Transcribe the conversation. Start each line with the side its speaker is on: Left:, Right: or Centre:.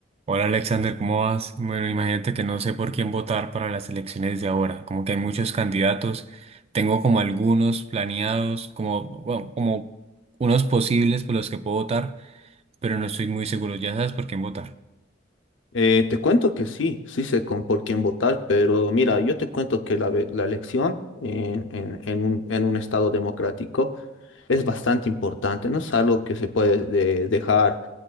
Right: Hola Alexander, ¿cómo vas? Bueno, imagínate que no sé por quién votar para las elecciones de ahora, como que hay muchos candidatos, tengo como algunos planeados, como, bueno, como unos posibles por los que puedo votar, pero no estoy muy seguro, ya sabes por quién votar.
Left: Eh, te cuento que sí, sí sé con por quién votar, pero mira, yo te cuento que la, ve- la elección en, en- en un, en un estado democrático es bastante importante, no es algo que se puede de- dejar